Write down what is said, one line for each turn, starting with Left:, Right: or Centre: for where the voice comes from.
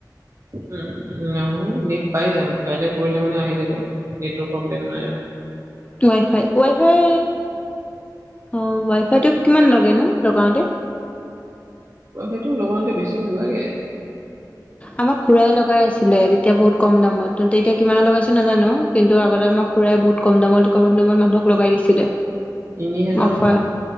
Right: উম নহয়, নেট পাই যাম কাইলৈ পৰহিলে মানে আহি যাব। নেটৱৰ্ক প্ৰব্লেম নাই আৰু
Left: ৱাইফাই ৱাইফাই অ ৱাইফাইটো কিমান লাগেনো লগাওঁতে।
Right: ৱাইফাইটো লগাওতে বেছি নালাগে।
Left: আমাক খুৰাই লগাই আছিলে তেতিয়া বহুত কম দামত কিন্তু এতিয়া কিমানত লগাইছে নাজানো। কিন্তু, আগতে আমাক খুৰাই বহুত কম দামত কম দামত মানুহক লগাই দিছিলে।
Right: তিনি হোজাৰ
Left: অফাৰ
Right: মান